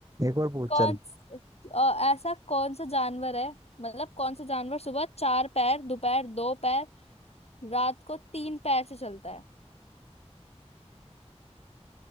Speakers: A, on the right; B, on the left.
A: एक और पूछ
B: कौन
A: चल
B: स- अ, ऐसा कौन सा जानवर है मतलब कौन सा जानवर सुबह चार पैर दोपहर दो पैर रात को तीन पैर से चलता है